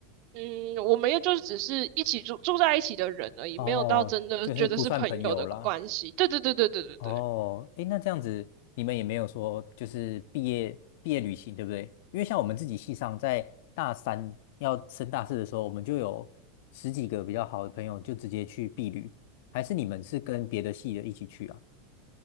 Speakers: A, on the right; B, on the left.
A: 嗯，我们也就是只是一起住住在一起的人而已，
B: 哦，
A: 没有到真的觉得是朋友的关系。
B: 就是不算朋友啦。
A: 对对对对对对对。
B: 哦，哎，那这样子，你们也没有说就是毕业毕业旅行，对不对？因为像我们自己系上，在大三要升大四的时候，我们就有十几个比较好的朋友就直接去毕旅，还是你们是跟别的系的一起去啊？